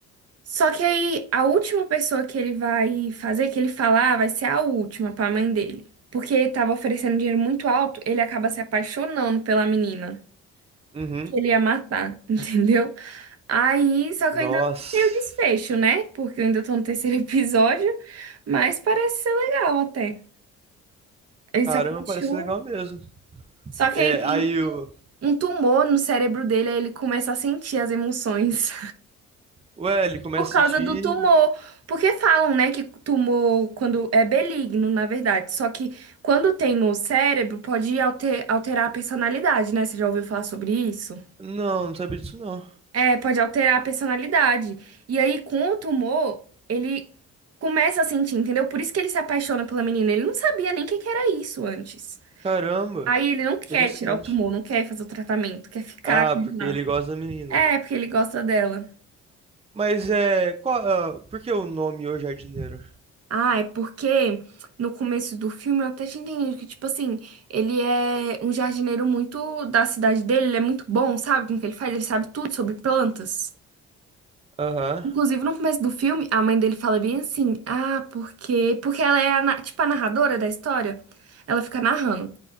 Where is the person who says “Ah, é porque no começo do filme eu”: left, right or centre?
Right